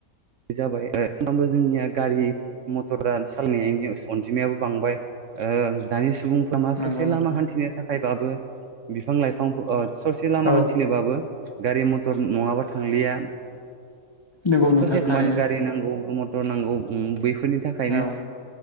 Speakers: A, on the right; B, on the left.
A: जाबाय। सानफ्रामबो जोंनिया गारि मथरा सालायनायनि अनजिमायाबो बांबाय। ओ दानि सुबुं लामा
B: नंगौ
A: ससे
B: नोंथां
A: लामा हान्थिनो थाखायबाबो बिफां लाइफां ओ ससे लामा
B: औ
A: हान्थिनोबाबो गारि मथर नङाबा थांलिया।
B: नंगौ नोंथां
A: ससे
B: थारैनो
A: थांबानो गारि नांगौ, मथर नांगौ, बै फोरनि थाखायनो
B: औ